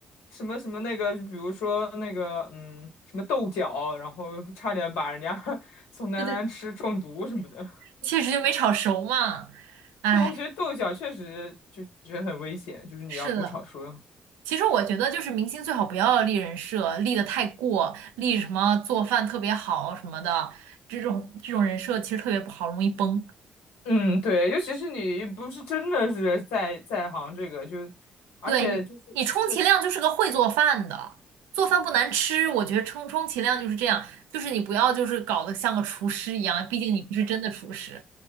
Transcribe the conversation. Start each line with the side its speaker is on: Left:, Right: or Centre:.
Left: 什么什么那个，比如说那个嗯，什么豆角，然后差点把人家 <laughs> 宋丹丹吃中毒什么的。
Right: <laughs> 对对，
Left: <laughs>
Right: 确实就没炒熟嘛。哎，
Left: 对，我觉得豆角确实就觉得很危险，就是你要不炒熟。
Right: 是的，其实我觉得就是明星最好不要立人设，立的太过，立什么做饭特别好什么的，这种这种人设其实特别不好，容易崩。
Left: 嗯，对，就其实你不是真的是在在行这个，就而且就是对
Right: 对你，你充其量就是个会做饭的，做饭不难吃，我觉得充充其量就是这样，就是你不要就是搞得像个厨师一样，毕竟你不是真的厨师。